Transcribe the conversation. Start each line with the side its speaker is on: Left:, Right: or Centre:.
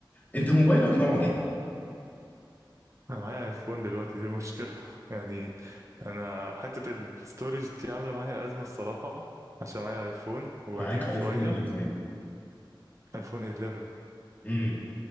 Left: انت موبايلك نوعه ايه
Right: انا معايا ايفون دلوقتي دي المشكلة <laughs> يعني انا حتة الستورج دي عاملة معايا أزمة الصراحة عشان معايا ايفون هو
Left: معاك
Right: قديم شوية
Left: ايفون ايه طيب
Right: ايفون 11
Left: امم